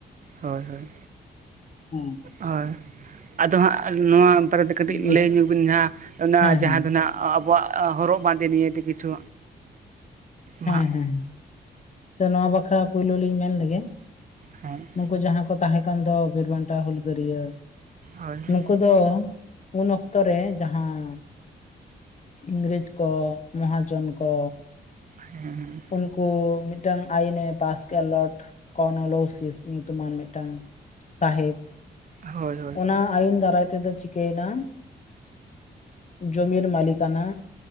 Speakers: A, on the right; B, on the left.
A: ᱦᱳᱭ ᱦᱳᱭ
B: ᱦᱮᱸ
A: ᱦᱳᱭ ᱟᱫᱚ ᱦᱟᱸᱜ ᱱᱚᱣᱟ ᱵᱟᱨᱮ ᱠᱟᱹᱴᱤᱡ
B: ᱵᱮᱥ
A: ᱞᱟᱹᱭ ᱧᱚᱜ ᱵᱤᱱ ᱦᱟᱸᱜ ᱚᱱᱟ
B: ᱦᱮᱸ
A: ᱡᱟᱦᱟᱸ
B: ᱦᱮᱸ
A: ᱫᱚ ᱦᱟᱸᱜ ᱟᱵᱚᱣᱟᱜ ᱦᱚᱨᱚᱜ ᱵᱟᱸᱫᱮ ᱱᱤᱭᱮ ᱛᱮ ᱠᱤᱪᱷᱩ
B: ᱦᱮᱸ
A: ᱢᱟ ᱦᱟᱸᱜ
B: ᱦᱮᱸ ᱛᱚ ᱱᱚᱣᱟ ᱵᱟᱠᱷᱨᱟ ᱯᱳᱭᱞᱳ ᱞᱤᱧ ᱢᱮᱱ ᱞᱮᱜᱮ
A: ᱦᱮᱸ
B: ᱩᱱᱠᱩ ᱡᱟᱦᱟᱸ ᱠᱚ ᱛᱟᱦᱮᱸ ᱠᱟᱱ ᱫᱚ ᱵᱤᱨᱵᱟᱱᱴᱟ ᱦᱩᱞᱜᱟᱹᱨᱭᱟᱹ
A: ᱦᱳᱭ ᱦᱳᱭ
B: ᱱᱩᱠᱩ ᱫᱚ ᱩᱱ ᱚᱠᱛᱚ ᱨᱮ ᱡᱟᱦᱟᱸ ᱤᱝᱨᱮᱡᱽ ᱠᱚ ᱢᱚᱦᱟᱡᱚᱱ ᱠᱚ
A: ᱦᱩᱸ
B: ᱩᱱᱠᱩ ᱢᱤᱫᱴᱟᱝ ᱟᱭᱤᱱᱮ ᱯᱟᱥ ᱠᱮᱜ-ᱟ ᱞᱚᱴ ᱠᱨᱱᱳᱞᱳᱥᱤᱥ ᱧᱩᱛᱩᱢᱟᱱ ᱢᱤᱫᱴᱟᱝ ᱥᱟᱦᱮᱵᱽ
A: ᱦᱳᱭ ᱦᱳᱭ
B: ᱚᱱᱟ ᱟᱭᱤᱱ ᱫᱟᱨᱟᱭ ᱛᱮᱫᱚ ᱪᱤ ᱼᱼ ᱠᱮᱭ ᱱᱟ ᱡᱚᱢᱤᱨ ᱢᱟᱞᱤᱠᱟᱱᱟ